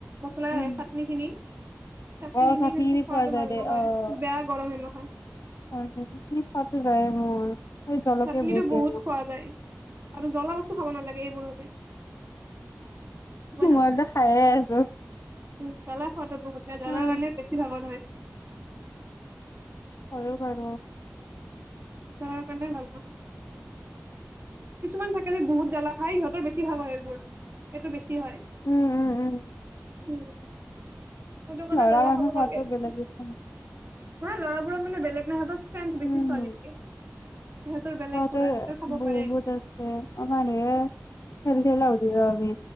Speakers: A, on the right; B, on the left.
A: মচলাই
B: উম
A: আহে চাটনি খিনি চাটনি
B: অ
A: খিনি
B: চাটনি
A: সু খোৱাতটো
B: পোৱা যায়
A: ভাল
B: দে
A: নহয়
B: অ
A: বেয়া গৰম হেম <unintelligible>
B: <unintelligible> জলকীয়া
A: চাটনিটো
B: দিয়ে
A: বহুত
B: ন
A: খোৱা যায় আৰু জ্বলা বস্তু খাব নালাগে এইবোৰ সৈতে নালাগে
B: মই যে খাইে আছো
A: উম জলা খোৱাতো বহুতে জলাৰ
B: উম,
A: কাৰণে বেছি পাগল
B: হয় বা বা
A: জ্বলাৰ কাৰণে ভাল পাওঁ, কিছুমান থাকে যে বহুত জ্বালা খাই ইহঁতৰ বেছি ভাল হয় সেইবোৰ এইটো বেছি কি হয়
B: উম উম উম
A: উম সেইটো কাৰণে
B: লৰা
A: জ্বালা
B: মানুহ
A: খাব নালাগে
B: হোৱাতটো
A: বেছি
B: বেলেগেচোন
A: নহয় ল'ৰাবোৰৰ মানে বেলেগ নাই সিহঁতৰ ষ্ট্ৰেন্থ বেছি
B: উম
A: ছোৱালীতকে সিহঁতৰ বেলেগ
B: তহঁতৰ
A: পুৰা সিহঁতৰ খাব
B: বহুত
A: পাৰে
B: আছে আমাৰ এ চেল
A: উম
B: চলও উঠি যাও আমি